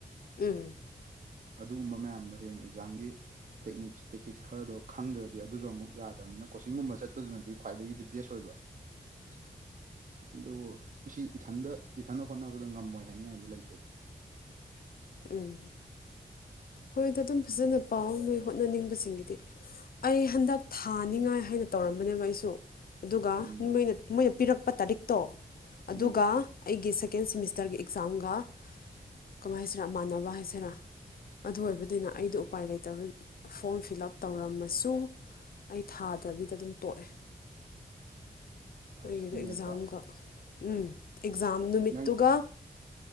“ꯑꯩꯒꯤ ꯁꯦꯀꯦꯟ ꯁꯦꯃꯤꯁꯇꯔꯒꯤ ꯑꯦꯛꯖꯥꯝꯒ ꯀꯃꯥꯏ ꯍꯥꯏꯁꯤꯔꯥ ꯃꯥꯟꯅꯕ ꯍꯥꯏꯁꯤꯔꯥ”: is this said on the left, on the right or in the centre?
Left